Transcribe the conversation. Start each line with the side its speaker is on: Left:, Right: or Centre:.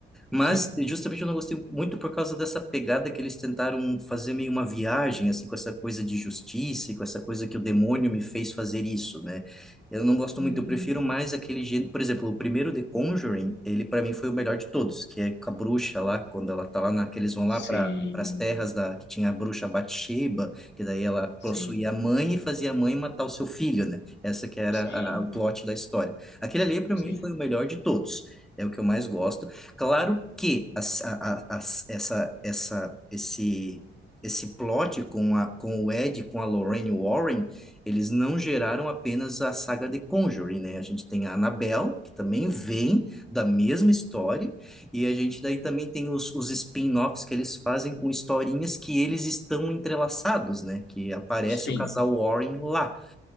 Centre: Mas
Left: sim.
Centre: justamente eu não gostei muito por causa dessa pegada que eles tentaram fazer meio uma viagem, assim, com essa coisa de justiça, e com essa coisa que o demônio me fez fazer isso, né? Eu não gosto
Left: Uhum.
Centre: muito, eu prefiro mais aquele gênero. Por exemplo, o primeiro The Conjuring, ele para mim foi o melhor de todos, que é com a bruxa lá, quando ela tá lá na, que eles vão lá para
Left: Sim,
Centre: as terras da que tinha a bruxa Bathsheba, que daí ela possuía
Left: sim,
Centre: a mãe e fazia a mãe matar o seu filho, né? Essa que era
Left: sim,
Centre: a- o plot da história. Aquele ali para
Left: sim,
Centre: mim foi o melhor de todos. É o que eu mais gosto. Claro que a, a, a, essa, essa, esse, esse plot com, a, com o Ed, com a Lorraine Warren, eles não geraram apenas a saga de Conjuring, né? A gente tem a Annabelle, que também vem da mesma história, e a gente daí também tem os, os spin-offs que eles fazem com historinhas que eles estão entrelaçados, né? Que aparece
Left: sim,
Centre: o casal Warren lá